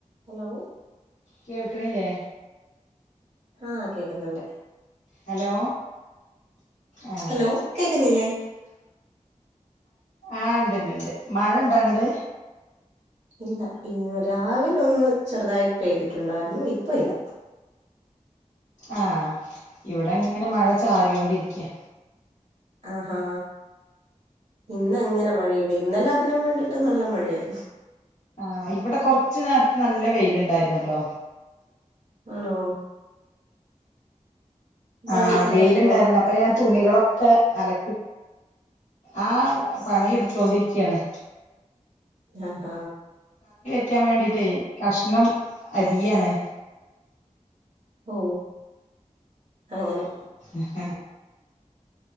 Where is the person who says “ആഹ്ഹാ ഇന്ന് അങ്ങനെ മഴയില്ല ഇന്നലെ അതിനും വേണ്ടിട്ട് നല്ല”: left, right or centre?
Right